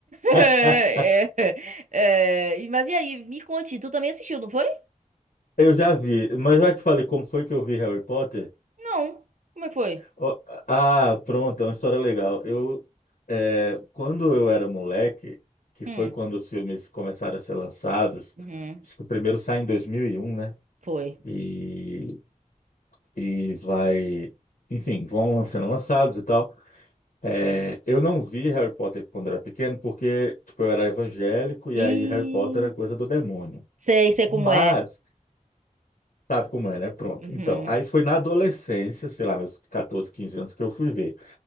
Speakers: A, on the left; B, on the right.
A: <laughs>
B: É, é, é, e- Mas e aí, me conte, tu também assistiu, não foi?
A: Eu já vi, mas já te falei como foi que eu vi Harry Potter?
B: Não. Como é que foi?
A: Ó, Ah, pronto, é uma história legal. Eu, é, quando eu era moleque, que
B: Hum,
A: foi quando os filmes começaram a ser lançados,
B: uhum,
A: acho que o primeiro sai em 2001, né?
B: foi.
A: E, e vai, enfim, vão sendo lançados e tal. É, eu não vi Harry Potter quando era pequeno, porque tipo, eu era evangélico e
B: E.
A: aí Harry Potter era coisa do demônio.
B: Sei, sei
A: Mas,
B: como é.
A: sabe como é, né? Pronto.
B: Uhum.
A: Então, aí foi na adolescência, sei lá, meus 14, 15 anos que eu fui ver.